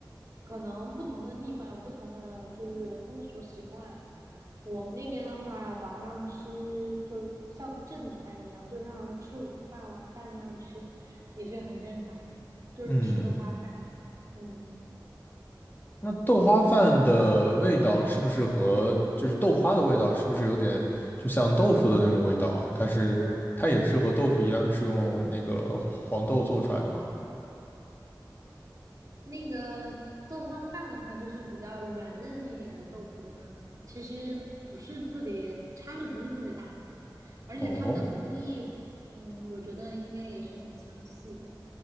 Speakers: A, on the right (about 45°); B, on the left (about 25°).
A: 可能不同的地方有不同的就是风俗习惯。我们那边的话，早上吃就是像正餐一样，就像吃午饭、晚饭一样吃，也是很正常的，就是吃豆花饭。
B: 嗯，
A: 嗯，
B: 那豆花饭的味道是不是和就是豆花的味道是不是有点就像豆腐的那种味道啊？它是它也是和豆腐一样是用那个黄豆做出来的吗？
A: 那个豆花饭的话，就是比较软嫩一点的豆腐的状态，其实不是特别差距，不是特别大的，而且他们的工艺，
B: 哦。
A: 嗯，我觉得应该也是很相似的。